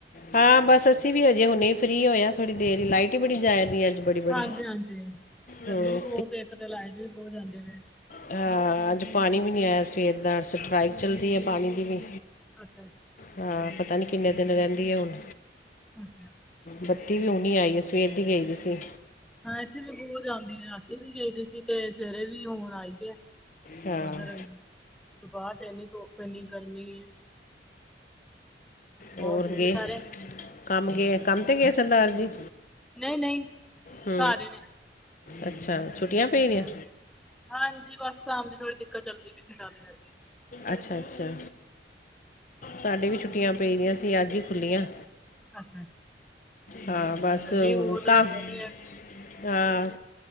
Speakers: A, on the left (about 45°); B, in the centre.
A: ਹਾਂ ਬਸ ਅਸੀਂ ਵੀ ਹਜੇ ਹੁਣੇ ਈ ਫਰੀ ਹੋਇਆ, ਥੋੜ੍ਹੀ ਦੇਰ ਈ ਲਾਈਟ ਈ ਬੜੀ ਜਾਇਰੀ ਦੀ ਅੱਜ। ਬੜੀ ਬੜੀ
B: ਹਾਂਜੀ-ਹਾਂਜੀ,
A: ਹੂੰ
B: ਗਰਮੀ ਵੀ ਬੋਤ, ਇੱਕ ਤਾਂ ਲਾਈਟ ਵੀ ਬੋਤ ਜਾਂਦੀ ਵ।
A: ਅ ਅੱਜ ਪਾਣੀ ਵੀ ਨੀ ਆਇਆ ਸਵੇਰ ਦਾ, ਸਟਰਾਈ ਕ ਚਲਦੀ
B: ਅੱਛਾ
A: ਐ ਪਾਣੀ ਦੀ ਵੀ,
B: ਅੱਛਾ ਅੱਛਾ
A: ਹਾਂ ਪਤਾ ਨੀ ਕਿੰਨੇ ਦਿਨ ਰੈਂਦੀ ਐ ਹੁਣ
B: ਅੱਛਾ
A: ਬੱਤੀ ਵੀ ਹੁਨੀ ਆਈ ਐ, ਸਵੇਰ ਦੀ ਗਈ ਦੀ ਸੀ।
B: ਹਾਂ ਇੱਥੇ ਵੀ ਬੋਤ ਜਾਂਦੀ, ਰਾਤੀ ਵੀ ਗਈਦੀ ਸੀ, ਤੇ ਸਵੇਰੇ ਵੀ, ਹੁਣ ਆਈ ਐ।
A: ਹਾਂ
B: ਉਧਰ ਬਾਰ ਤੇ ਇੰਨੀ ਧੂਪ, ਇਨੀ ਗਰਮੀ
A: ਹੋਰ
B: ਠੀਕ
A: ਗਏ,
B: ਨੇ ਸਾਰੇ
A: ਕੰਮ ਗਏ, ਕੰਮ ਤੇ ਗਏ ਸਰਦਾਰ ਜੀ?
B: ਨਹੀਂ ਨਹੀਂ
A: ਹੂ,
B: ਘਰ ਹੀ ਨੇ
A: ਅੱਛਾ, ਛੁੱਟੀਆਂ ਪਈ ਦੀਆਂ?
B: ਹਾਂਜੀ ਹਾਂਜੀ, ਬਸ ਕਾਮ ਦੀ ਥੋੜੀ ਦਿੱਕਤ ਚੱਲਦੀ ਪਈ ਸੀ ਤਾਂ ਕਰਕੇ।
A: ਅੱਛਾ-ਅੱਛਾ। ਸਾਡੇ ਵੀ ਛੁੱਟੀਆਂ ਪਈਦੀਆਂ ਸੀ, ਅੱਜ ਈ ਖੁੱਲ੍ਹੀਆਂ।
B: ਅੱਛਾ।
A: ਹਾਂ ਬਸ,
B: ਗਰਮੀ
A: ਓ
B: ਬਹੁਤ
A: ਕਾ
B: ਹੈ ਸਗੋਂ
A: ਅ
B: ਵਧੀਆ